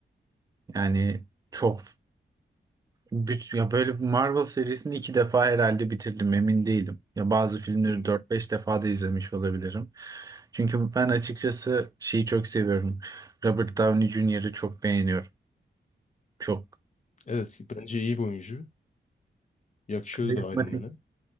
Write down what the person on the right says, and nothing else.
Yani çok Büt, ya böyle bir Marvel serisini iki defa herhalde bitirdim emin değilim. Ya bazı filmleri
dört beş defa da izlemiş olabilirim. Çünkü ben açıkçası şeyi çok seviyorum. Robert Downey Jr.'ı çok beğeniyorum. Çok
karizmatik.